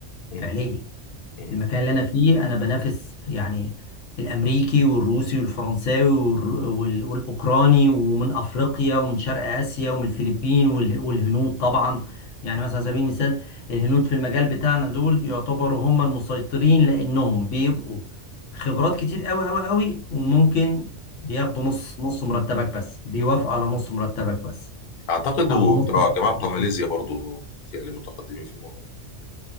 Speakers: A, on the left; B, on the left.
A: مم.
B: فعليا
A: مم.
B: المكان اللي انا فيه انا بنافس يعني الامريكي والروسي والفرنساوي والر- وال- والاوكراني ومن افريقيا ومن شرق اسيا ومن الفلبين وال- والهنود طبعا يعني مثلا على سبيل المثال الهنود في المجال بتاعنا دول يعتبروا هم المسيطرين لانهم بيبقوا خبرات كتير قوي قوي قوي وممكن بياخدوا نص نص مرتبك بس بيوافقوا على نص مرتبك بس
A: اعتقد
B: او
A: وبتوع
B: نص مرتبك
A: الجماعه بتوع ماليزيا برضو اللي متقدمين في الموضوع ده.